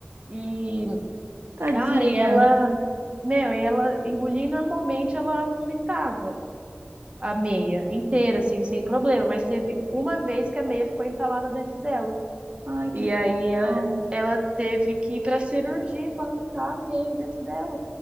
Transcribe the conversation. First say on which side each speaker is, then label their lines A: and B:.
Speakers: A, on the right; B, on the right.
A: E,
B: Tadinha.
A: cara, e ela, meu, e ela engolia e normalmente ela vomitava. a meia inteira, assim, sem problema, mas teve uma vez que a meia ficou entalada dentro dela.
B: Ai,
A: E
B: que judiação.
A: aí a- ela teve que ir pra cirurgia pra arrancar a meia dentro dela.